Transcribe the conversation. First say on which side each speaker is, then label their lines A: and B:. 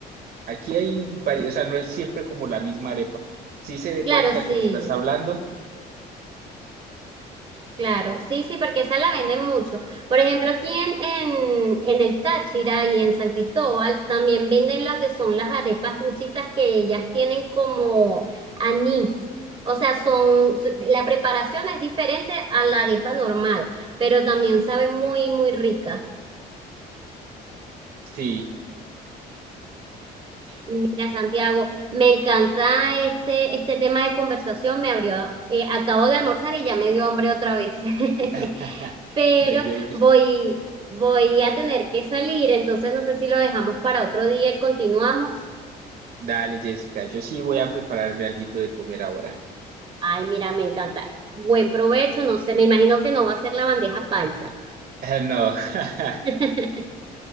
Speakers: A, on the right (about 60°); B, on the right (about 30°).
A: aquí hay varias,
B: Sí.
A: o sea, no es siempre como la misma arepa. Sí sé de
B: Claro,
A: cuál es la
B: sí,
A: que me estás hablando,
B: claro, sí, sí, porque esa la venden mucho. Por ejemplo, aquí en, en, en el Táchira y en San Cristóbal también venden lo que son las arepas dulcitas que ellas tienen como anís. O sea, son, la preparación es diferente a la arepa normal, pero también sabe muy, muy rica.
A: sí.
B: Mira, Santiago, me encanta este, este tema de conversación. Me abrió, eh, acabo de almorzar y ya me dio hambre otra vez. <laughs>
A: <laughs>
B: Pero
A: No, yo, yo-
B: voy, voy a tener que salir, entonces no sé si lo dejamos para otro día y continuamos.
A: dale, Jessica, yo sí voy a prepararme alguito de comer ahora.
B: Ay, mira, me encanta. Buen provecho, no sé, me imagino que no va a ser la bandeja paisa.
A: <laughs> No, <laughs>
B: <laughs>